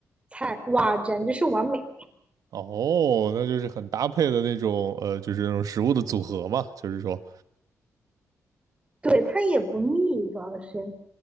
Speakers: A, on the right; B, on the right.
A: 菜，哇，简直是完美。
B: 哦，那就是很搭配的那种，呃，就是那种食物的组合嘛，就是说
A: 对，它也不腻，主要是。